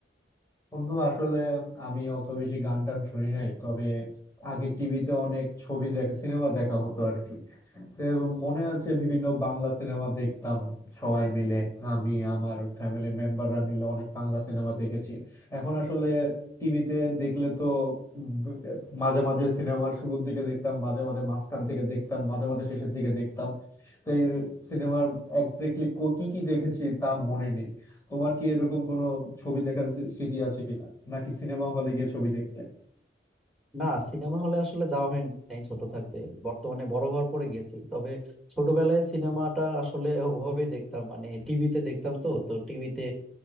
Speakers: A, on the left; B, in the centre.
A: বন্ধু আসলে আমি অত বেশি গান টান শুনি নাই তবে আগে টিভিতে অনেক ছবি দেখা সিনেমা দেখা হতো আর কি তো মনে আছে বিভিন্ন বাংলা সিনেমা দেখতাম সবাই মিলে আমি আমার ফ্যামিলি মেম্বাররা মিলে অনেক বাংলা সিনেমা দেখেছি এখন আসলে টিভিতে দেখলে তো ব- মাঝে মাঝে সিনেমার শুরুর দিকে দেখতাম মাঝে মাঝে মাঝখান থেকে দেখতাম মাঝে মাঝে শেষের দিকে দেখতাম তো এই সিনেমার এক্স্যাক্টলি কি কি দেখেছি তা মনে নেই তোমার কি এরকম কোনো ছবি দেখার স্মৃ- স্মৃতি আছে কিনা নাকি সিনেমা হলে গিয়ে ছবি দেখতে
B: না সিনেমা হলে আসলে যাওয়া হয় নাই ছোট থাকতে বর্তমানে বড় হওয়ার পরে গেছি তবে ছোটবেলায় সিনেমাটা আসলে ওভাবে দেখতাম মানে টিভিতে দেখতাম তো তো টিভিতে